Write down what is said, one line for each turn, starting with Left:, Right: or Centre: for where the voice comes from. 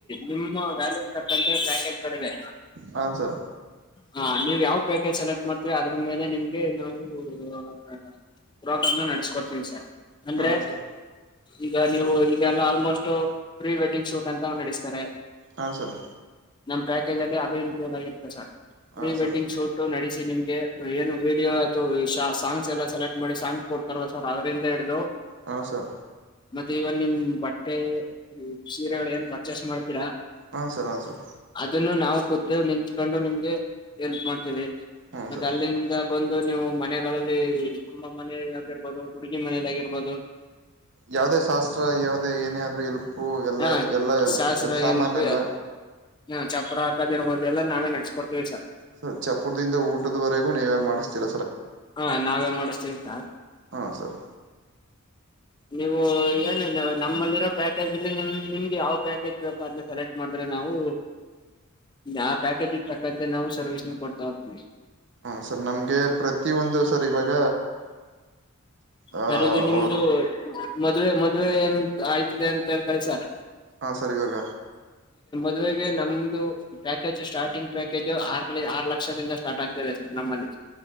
Left: ನಿಮ್ಮ ವ್ಯಾಲ್ಯೂಸ್ ತಕ್ಕಂತೆ ಪ್ಯಾಕೇಜ್ ಗಳಿವೆ
Right: ಹಾಂ ಸರ್
Left: ಹ ನೀವ್ ಯಾವ್ ಪ್ಯಾಕೇಜ್ ಸೆಲೆಕ್ಟ್ ಮಾಡ್ತೀವಿ ಅದ್ರು ಮೇಲೆ ನಿಮ್ಗೆ ನಾವು ಆ ಪ್ರೋಗ್ರಾಮ್ ನ ನಡೆಸ್ಕೊಡ್ತೀವಿ ಸರ್. ಅಂದ್ರೆ
Right: ಹಾಂ ಸರ್
Left: ಈಗ ನೀವು ಈಗಲ್ಲ ಆಲ್ಮೋಸ್ಟ್ ಪ್ರೀ ವೆಡ್ಡಿಂಗ್ ಶೂಟ್ ಅಂತ ನಡೆಸ್ತಾರೆ.
Right: ಹಾಂ ಸರ್
Left: ನಮ್ಮ್ ಪ್ಯಾಕೇಜಲ್ಲಿ ಅದು ಇನ್ಕ್ಲುಡ್ ಆಗಿರುತ್ತೆ ಸರ್. ಪ್ರೀ
Right: ಹಾಂ
Left: ವೆಡ್ಡಿಂಗ್
Right: ಸರ್
Left: ಶೂಟ್ ನಡಿಸ್ ನಿಮ್ಗೆ ಏನು ವಿಡಿಯೋ ಅಥವ್ ಶ್ ಸಾಂಗ್ಸ್ ಎಲ್ಲ ಸೆಲೆಕ್ ಮಾಡಿ ಸಾಂಗ್ ಕೊಡ್ತಾರಲ ಸರ್ ಅದರಿಂದ ಹಿಡಿದು
Right: ಹಾ ಸರ್
Left: ಮತ್ತೆ ಇವನ್ ನಿಮ್ ಬಟ್ಟೆ ಸೀರೆಗಳು ಏನ್ ಪರ್ಚೇಸ್ ಮಾಡ್ ತೀರ
Right: ಹಾಂ ಸರ್ ಹಾಂ ಸರ್ ಹಾಂ ಸರ್
Left: ಅದುನ್ನು ನಾವ್ ಕುದ್ದಾಗ್ ನಿಂತ್ಕೊಂಡು ನಿಮ್ಗೆ ಹೆಲ್ಪ್ ಮಾಡ್ತೇವಿ.
Right: ಹಾಂ
Left: ಮತ್ತೆ
Right: ಸರ್
Left: ಅಲ್ಲಿಂದ ಬಂದು ನೀವು ಮನೆಗಳಲ್ಲಿ ನಮ್ಮ ಮನೆ ಆಗಿರ್ಬೋದು ಹುಡುಗಿ ಮನೆಲ್ ಆಗಿರ್ಬೋದು
Right: ಯಾವ್ದೇ ಶಾಸ್ತ್ರ ಯಾವ್ದೇ ಏನೇ ಆದ್ರೂ ಎಲ್ಪು ಎಲ್ಲಾ
Left: ಹ
Right: ಎಲ್ಲ
Left: ಶಾಸ್ತ್ರ
Right: ಸಾಮಾನ್ಯ
Left: ಎಲ್ಪ
Right: ಎಲ್ಲ
Left: ಹ ಚಪ್ಪ್ರ ಹಾಕದಿರ್ಬೋದುಲ್ಲ ನಾವೇ ನಡ್ಸ್ಕೊಡ್ತೀವಿ ಸರ್
Right: ಸ ಚಪುರ್ದಿಂದ ಊಟದ್ವರೆಗೂ ನೀವೇ ಮಾಡಿಸ್ತಿೀರ
Left: ಹಾ ನಾವೇ ಮಾಡಷ್ಟ ಇರ್ತ
Right: ಹಾ ಸರ್
Left: ನೀವು ಏನು ನಮ್ಮಲ್ಲಿರೋ ಪ್ಯಾಕೇಜ್ ಇಲ್ಲಿ ನಿಮ್ಮ ನಿಮ್ಗೆ ಯಾವ್ ಪ್ಯಾಕೇಜ್ ಬಪನ್ನ ಸೆಲೆಕ್ಟ್ ಮಾಡಿದ್ರೆ ನಾವು ಆ ಪ್ಯಾಕೇಜ್ ಇರ್ತಕ್ಕಂತೆೆ ನಾವು ಸರ್ವಿಸ್ನ ಕೊಡ್ತಾ ಹೋಗ್ತೀವಿ
Right: ಹಾ ಸರ್ ನಮ್ಗೆ ಪ್ರತಿ ಒಂದು ಸರ್ ಇವಾಗ ಆ
Left: ಸರ್ ಈಗ ನಿಮ್ದು
Right: ಅವರು
Left: ಮದ್ವೆ ಮದ್ವೆ ಏನ್ ಆಯ್ತಿದೆ ಅಂತ ಕಳಸಾರ್
Right: ಹಾ ಸರಿಗಾಗ
Left: ಮದುವೆಗೆ ನಮ್ದು ಪ್ಯಾಕೇಜ್ ಸ್ಟಾರ್ಟಿಂಗ್ ಪ್ಯಾಕೇಜ್ ಆರಲ್ಲಿ ಆರು ಲಕ್ಷದಿಂದ ಸ್ಟಾರ್ಟ್ ಆಗ್ತದೆ ಸರ್ ನಮ್ಮಲ್ಲಿ